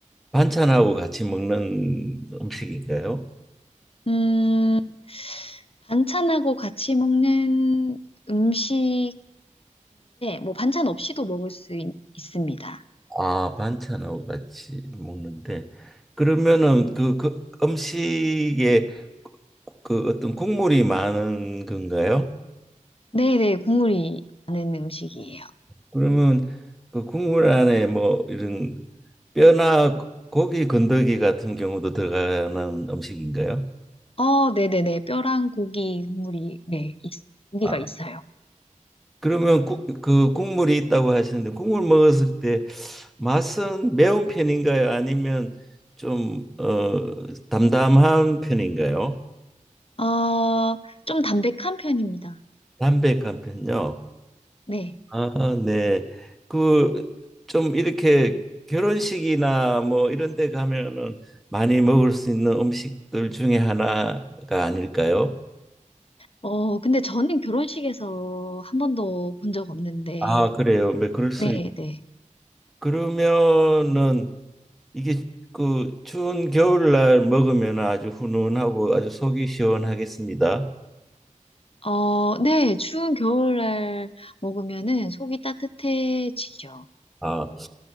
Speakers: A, in the centre; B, on the left.
A: 반찬하고 같이 먹는 음식인가요?
B: 음, 반찬하고 같이 먹는 음식인데, 뭐, 반찬 없이도 먹을 수 있, 있습니다.
A: 아, 반찬하고 같이 먹는데 그러면은 그, 그 음식에 그 그 어떤 국물이 많은 건가요?
B: 네네, 국물이 나는 음식이에요.
A: 그러면 그 국물 안에 뭐 이런 뼈나 고기 건더기 같은 경우도 들어가는 음식인가요?
B: 어, 네네네, 뼈랑 고기 국물이, 네, 있, 고기가
A: 아,
B: 있어요.
A: 그러면 국, 그 국물이 있다고 하시는데 국물 먹었을 때 맛은 매운 편인가요? 아니면 좀 어, 담담한 편인가요?
B: 어, 좀 담백한 편입니다.
A: 담백한 편요?
B: 네.
A: 아, 네. 그 좀 이렇게 결혼식이나 뭐 이런 데 가면은 많이 먹을 수 있는 음식들 중에 하나가 아닐까요?
B: 어, 근데 저는 결혼식에서 한 번도 본 적 없는데,
A: 아, 그래요. 뭐 그럴 수
B: 네네.
A: 있네요. 그러면은 이게 그 추운 겨울날 먹으면 아주 훈훈하고 아주 속이 시원하겠습니다.
B: 어, 네, 추운 겨울날 먹으면은 속이 따뜻해지죠.
A: 아,